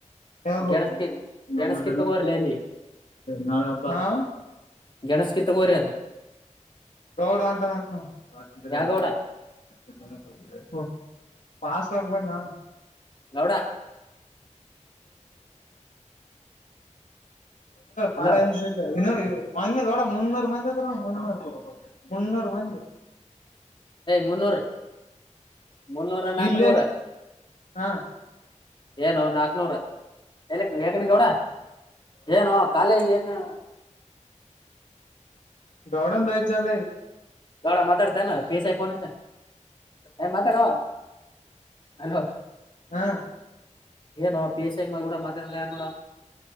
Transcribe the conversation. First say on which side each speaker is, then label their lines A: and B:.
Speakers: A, on the left; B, on the left.
A: ಯಾವುದು
B: ಗೆಣಸ್ಕಿ
A: ನಮ್
B: ಗೆಣಸ್ಕಿ
A: ಊರದೇನೋ
B: ತಗೋರ್ಲಿ ಅಲ್ಲಿ
A: ನಾಳೆ ಹಬ್ಬ, ಹಾಂ.
B: ಗಣೇಶಕ್ ತಕೊರಿ ಅದು
A: ಪ್ರೌಡ್ ಅಂಟ್ <unintelligible>
B: ಗೌಡ
A: ಪಾಸ್ ತಕೊಹೋಗ್ಲಾ
B: ಗೌಡ ಹಲೋ
A: ಪಾಳೆ <unintelligible> ಮಂದಿ ನೋಡ್ ಮುನ್ನೂರು ಮಂದಿ ಮುನ್ನೂರು ಮುನ್ನೂರು ಮಂದಿ
B: ಮುನ್ನೂರ್ ಮುನ್ನೂರ ನಾಕ್ನೂರ್
A: ಇಲ್ಲೇ ಹಾ
B: ಏನು ನಾಕ್ನೂರ ಎಲ್ಲಿಕ್ ವೇಕಡಿಗೌಡ. ಏನು ಕಾಲೇಜ್ ಏನು
A: ಗೌಡನ್ ದಯದ್ ಜಾಲೆ
B: ಗೌಡ ಮಾತಾಡ್ತೀಯೇನ ಪಿ ಎಸ್ ಐ ಪೋನ್ ಹಚ್ಚ್ಯಾನ ಏ ಮಾತಾಡೋ. ಹಲೋ
A: ಹಾ
B: ಏನೋ ಪಿ ಎಸ್ ಐ ಗೂಡ ಮಾತಾಡ್ಲಾಗ್ಯಾನ ನೋಡ.